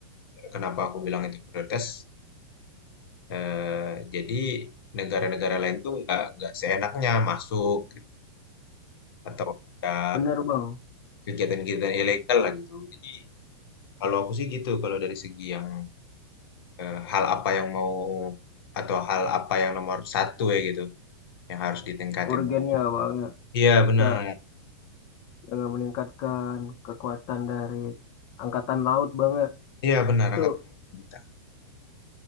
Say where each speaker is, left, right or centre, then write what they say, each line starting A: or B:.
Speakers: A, on the left; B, on the left.
A: kenapa aku bilang itu prioritas. eh, jadi negara-negara lain tuh nggak nggak seenaknya masuk gitu, atau ada
B: bener Bang.
A: kegiatan-kegiatan ilegal lah gitu. Jadi kalau aku sih gitu kalau dari segi yang eh, hal apa yang mau atau hal apa yang nomor satu ya gitu yang harus ditingkatin
B: Urgennya banget.
A: Iya
B: Kita
A: benar,
B: dengan meningkatkan kekuatan dari angkatan laut banget.
A: iya benar
B: Itu
A: angkatan lawan kita.